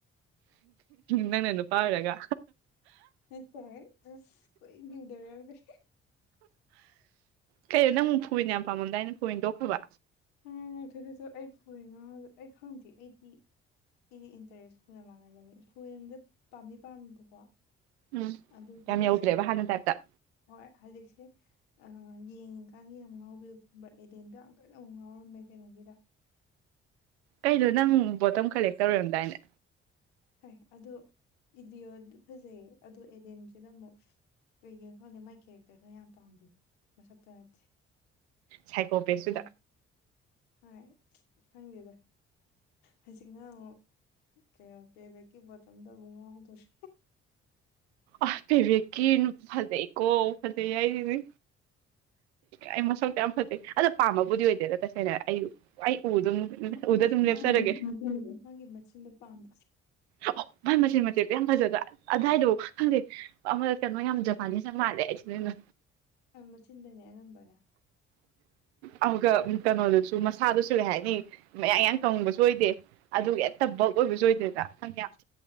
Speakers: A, on the right (about 70°); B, on the left (about 70°).
A: ꯅꯪꯅ ꯅꯨꯄꯥ ꯑꯣꯏꯔꯒ
B: ꯅꯠꯇꯦꯍꯦ ꯀꯣꯏꯏꯟ ꯏꯟꯅꯔꯝꯃꯤ
A: ꯀꯩꯅꯣ ꯅꯪ ꯐꯨꯏꯅ ꯌꯥꯝ ꯄꯥꯝꯃꯝꯗꯥꯏꯅ ꯐꯨꯏ ꯇꯣꯛꯈ꯭ꯔꯕ
B: ꯑꯉꯥꯏ ꯉꯛꯇꯣꯏꯗꯁꯨ ꯑꯩ ꯐꯣꯟ ꯉ ꯑꯩ ꯈꯪꯗꯦ ꯑꯩꯗꯤ ꯑꯗꯤ ꯏꯟꯇꯔꯦꯁ ꯐꯨꯅ ꯃꯥꯡꯕꯅꯤ ꯐꯣꯟꯗ ꯄꯥꯝꯗꯤ ꯄꯥꯝꯃꯦꯕꯀꯣ
A: ꯎꯝ
B: ꯑꯗꯨ ꯍꯧꯖꯤꯛꯁꯦ
A: ꯌꯥꯝ ꯌꯧꯗ꯭ꯔꯦꯕ ꯍꯥꯟꯅꯩ ꯇꯥꯏꯞꯇ
B: ꯍꯣꯏ ꯍꯧꯖꯤꯛꯁꯦ ꯑ ꯌꯦꯡꯉꯤꯀꯥꯟꯗ ꯌꯥꯝ ꯉꯥꯎꯕꯤꯌꯨ ꯕ ꯑꯦꯗꯦꯟꯗꯣ ꯌꯥꯝ ꯀꯟꯅ ꯑꯃꯨꯛ ꯉꯥꯎꯔꯝꯃꯦ ꯀꯩꯅꯣꯒꯤꯗ
A: ꯑꯩꯗꯣ ꯅꯪ ꯕꯣꯇꯜ ꯀꯂꯦꯛ ꯇꯧꯔꯔꯝꯗꯥꯏꯅꯦ
B: ꯍꯣꯏ ꯑꯗꯣ ꯏꯂꯤꯌꯣꯗꯤ ꯐꯖꯩꯌꯦ ꯑꯗꯣ ꯑꯦꯗꯤꯟꯁꯤꯅ ꯑꯃꯨꯛ ꯀꯩꯒꯤꯅꯣ ꯈꯪꯂꯦ ꯃꯥꯏ ꯀꯦꯔꯦꯛꯇꯔꯗꯣ ꯌꯥꯝ ꯄꯥꯝꯒꯤꯝ ꯃꯁꯛꯇ ꯅꯠꯇꯦ
A: ꯁꯥꯏꯀꯣ
B: ꯀꯦꯔꯦꯛꯇꯔ
A: ꯄꯦꯖꯇꯨꯗ
B: ꯍꯣꯏ ꯈꯪꯗꯦꯗ ꯍꯧꯖꯤꯛꯅ ꯑꯃꯨꯛ ꯀꯩꯅꯣ ꯄꯦꯕꯦꯛꯀꯤ ꯕꯦꯇꯝꯗ ꯑꯃꯨꯛ ꯉꯥꯎꯗꯧꯔꯦ
A: ꯑ ꯄꯦꯕꯦꯛꯀꯤ ꯐꯖꯩ ꯀꯣ ꯐꯖꯩ ꯍꯥꯏꯁꯤꯅꯤ ꯑꯩ ꯃꯁꯛꯇꯨ ꯌꯥꯝ ꯐꯖꯩ ꯑꯗꯨ ꯄꯥꯝꯃꯕꯨꯗꯤ ꯑꯣꯏꯗꯦꯗ ꯇꯁꯦꯡꯅ ꯑꯩ ꯑꯩ ꯎ ꯑꯗꯨꯝ
B: ꯎ ꯑꯩꯗꯤ
A: ꯎꯗ ꯑꯗꯨꯝ ꯂꯦꯞꯆꯔꯒꯦ
B: <unintelligible> ꯃꯥꯒꯤ ꯃꯆꯤꯟꯗꯣ ꯄꯥꯝꯕ
A: ꯑꯣ ꯃꯥꯏ ꯃꯆꯦꯟ ꯃꯆꯦꯠꯇꯣ ꯌꯥꯝ ꯐꯖꯗ꯭ꯔ ꯑꯗꯨꯋꯥꯏꯗꯕꯨ ꯈꯪꯗꯦ ꯑꯃ ꯀꯩꯅꯣ ꯌꯥꯝ ꯖꯄꯥꯟꯅꯤꯁ ꯌꯥꯝ ꯃꯥꯜꯂꯦ ꯑꯩꯁꯦ ꯅꯣꯏꯅ
B: ꯃꯆꯤꯟꯗꯅꯦ ꯑꯅꯝꯕꯅ
A: ꯑꯗꯨꯒ ꯀꯩꯅꯣꯗꯨꯁꯨ ꯃꯁꯥꯗꯨꯁꯨ ꯀꯩ ꯍꯥꯏꯅꯤ ꯃꯌꯥ ꯌꯥ ꯀꯪꯕꯁꯨ ꯑꯣꯏꯗꯦ ꯑꯗꯨꯒ ꯍꯦꯛꯇ ꯕꯜꯛ ꯑꯣꯏꯕꯁꯨ ꯑꯣꯏꯗꯦꯗ <unintelligible>